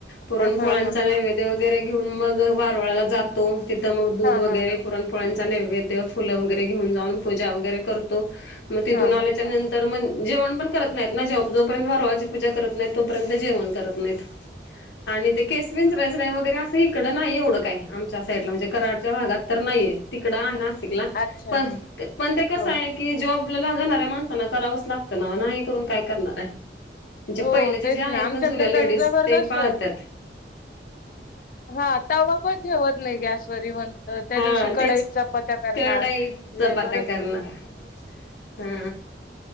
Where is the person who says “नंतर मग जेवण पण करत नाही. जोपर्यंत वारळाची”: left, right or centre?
Left